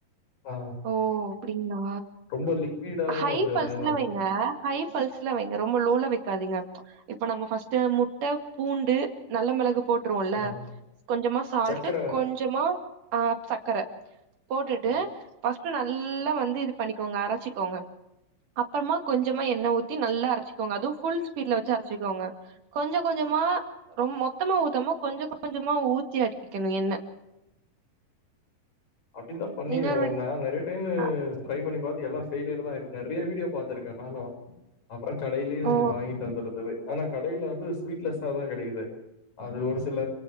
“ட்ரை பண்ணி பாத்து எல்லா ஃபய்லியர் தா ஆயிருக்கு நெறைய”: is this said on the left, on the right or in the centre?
Left